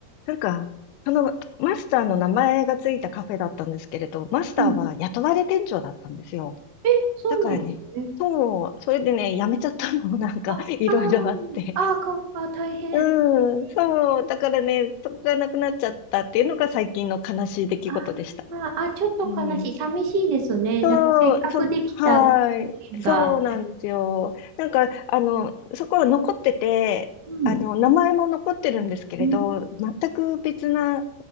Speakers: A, on the left (about 80°); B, on the right (about 60°).
A: なんか、そのマスターの名前がついたカフェだったんですけれど、マスターは雇われ店長だったんですよ。
B: うん。え、そうなんですね。
A: だからね、そう、それでね、辞めちゃったのもなんかいろいろあって、
B: あ、あーあー、か、あー、大変。
A: うん、
B: えー
A: そう、だからね、そこがなくなっちゃったっていうのが最近の悲しい出来事でした。
B: あーあー、ちょっと悲しい。
A: うん、
B: 寂しいですね。
A: そう、
B: なんかせっかくできた
A: そう、はい、
B: 縁が。
A: そうなんですよ。なんか、あの、そこは残ってて、
B: うん。
A: あの、名前も残ってるんですけれど、
B: うん、
A: 全く別な、